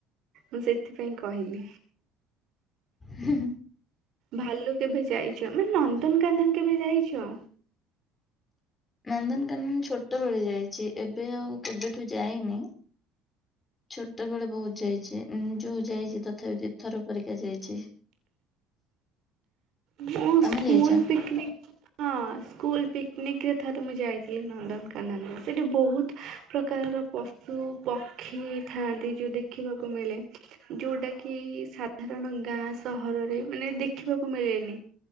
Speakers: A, on the right; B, on the left.
A: ମୁଁ ସେଥିପାଇଁ କହିଲି।
B: ହୁଁ, ହୁଁ।
A: ଭାଲୁ କେବେ ଯାଇଛ, ମାନେ ନନ୍ଦନକାନନ କେବେ ଯାଇଛ?
B: ନନ୍ଦନକାନନ ଛୋଟବେଳେ ଯାଇଛି, ଏବେ ଆଉ କେବେଠୁ ଯାଇନି। ଛୋଟ ବେଳେ ବହୁତ ଯାଇଛି ଉଁ, ଯୋଉ ଯାଇଛି ତଥାପି ଦି ଥର ପରିକା ଯାଇଛି।
A: ମୁ
B: ତମେ
A: ସ୍କୁଲ୍
B: ଯାଇଛ?
A: ପିକନିକ୍ ହଁ ସ୍କୁଲ୍ ପିକନିକ୍ ରେ ଥରେ ମୁଁ ଯାଇଥିଲି ନନ୍ଦନକା କାନନ ସେଠି ବହୁତ ପ୍ରକାରର ପଶୁ ପ କ୍ଷୀ ଥାନ୍ତି ଯୋଉ ଦେଖିବାକୁ ମିଳେ ଯୋଉଟା କି ସା ଧାରଣ ଗାଁ ସହରରେ ମାନେ ଦେଖିବାକୁ ମିଳେନି।